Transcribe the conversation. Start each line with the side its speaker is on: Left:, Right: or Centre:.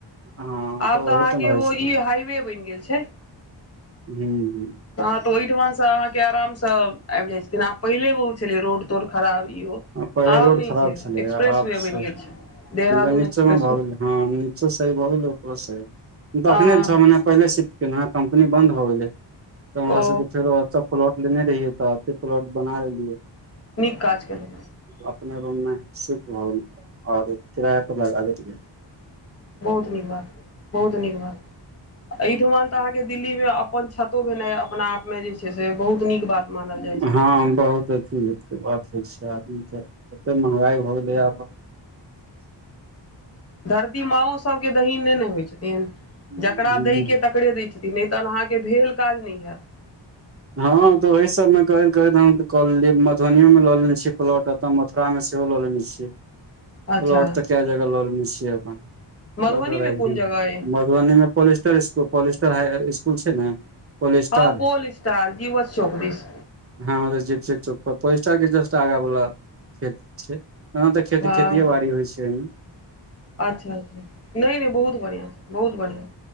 Right: हँ
Left: आब तऽ
Right: ओहिठाम
Left: अहाँके
Right: रहै
Left: ओ
Right: छलियै
Left: ई हाइवे बनि गेल छै।
Right: हू ह
Left: हँ, तऽ ओहि ठामसँ अहाँकेँ आरामसँ आबि जाइत छथिन, आ पहिने बहुत छलै रोड टूटल फूटल खराब।
Right: पहिने
Left: आब
Right: रोड
Left: नहि
Right: खराब
Left: छै
Right: छलै,
Left: एक्सप्रेस
Right: आब
Left: वे
Right: से
Left: बनि गेल छै देहरादून
Right: नीचा
Left: एक्सप्रेस
Right: मे भऽ
Left: वे
Right: गेल ह। सही भऽ गेलै ओकरो, सही तऽ
Left: हँ
Right: एखन छओ महीना भेलै। पहिने शिफ्ट केलहुँ हँ, कम्पनी बन्द भऽ गेलै तऽ हमरा
Left: ओ
Right: सभकेँ फेरो। प्लॉट लेने रहियै, तऽ प्लॉट बना लेलियै।
Left: नीक काज केलहुँ
Right: अपन रूममे रहै छी आओर किराय पर लगा दै छी।
Left: बहुत नीक बात, बहुत नीक बात एहिठाम। अहाँकेँ दिल्लीमे अपन छत होयब, अपने आपमे बहुत नीक बात छै। मानल जाइ
Right: हँ, बहुत अथी हो बात होइ छै आदमी तऽ। कते महँगाई भऽ गेलै आब।
Left: धरती माँओ सभके दैथिन नहि ने होइत छथिन, जकरा
Right: से
Left: दैके त। पकड़ै दै छथिन नहि, तहन अहाँके भेल काज नहि हैत।
Right: हँ तऽ ओहि सभमे करैत करैत हम कऽ लेलियै, मधुबनमे लऽ लेलियै प्लॉट, ओते मथुरामे। सेहो लऽ लेने छियै।
Left: अच्छा
Right: प्लॉट तऽ कऽ जगह लऽ लेने छियै अपन
Left: मधुबनीमे
Right: ल।
Left: कोन जगह अइ
Right: मधुबनीमे पुलिसट्रेनिंग पुलिसट्रेनिंग हाई इसकुल छै ने। polestar
Left: हँ pole star Jiwachh Chowk दीस
Right: हँ जी छै चौक पर पोलिस्टर के जस्ट आगा वाला खेत छै हँ तऽ खेत
Left: हँ
Right: खेतिये बाड़ी होइ छै ओमे
Left: अच्छा अच्छा नहि नहि बहुत बढ़िआं बहुत बढ़िआं